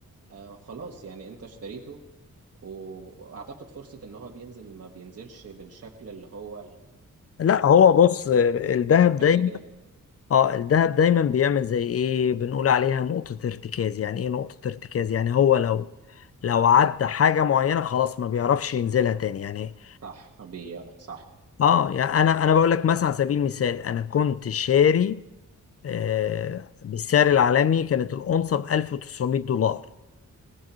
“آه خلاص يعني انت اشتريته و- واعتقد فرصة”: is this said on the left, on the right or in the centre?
Right